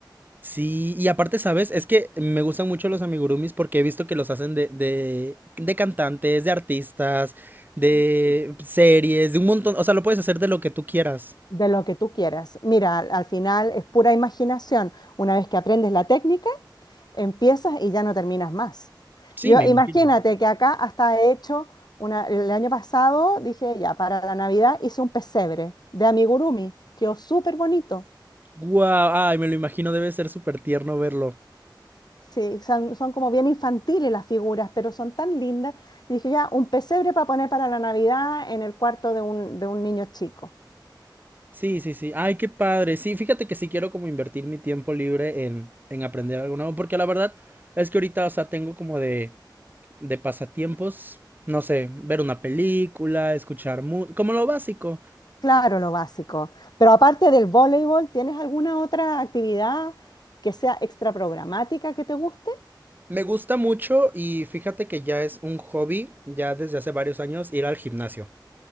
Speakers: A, on the right; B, on the left.
A: Sí, y aparte, ¿sabes? Es que me gustan mucho los amigurumis porque he visto que los hacen de, de, de cantantes, de artistas, de series, de un montón. O sea, lo puedes hacer de lo que tú quieras.
B: de lo que tú quieras. Mira, al al final es pura imaginación. Una vez que aprendes la técnica, empiezas y ya no terminas más.
A: Sí,
B: Yo
A: me imagino.
B: imagínate que acá hasta he hecho una, el año pasado dije ya para la Navidad hice un pesebre de amigurumi, quedó súper bonito.
A: Guau, ay, me lo imagino, debe ser súper tierno verlo.
B: Sí, son, son como bien infantiles las figuras, pero son tan lindas. Y dije ya un pesebre para poner para la Navidad en el cuarto de un, de un niño chico.
A: Sí, sí, sí. Ay, qué padre. Sí, fíjate que sí quiero como invertir mi tiempo libre en, en aprender algo nuevo, porque la verdad es que ahorita, o sea, tengo como de, de pasatiempos, no sé, ver una película, escuchar música, como lo básico.
B: Claro, lo básico. Pero aparte del voleibol, ¿tienes alguna otra actividad que sea extra programática que te guste?
A: Me gusta mucho y fíjate que ya es un hobby, ya desde hace varios años, ir al gimnasio.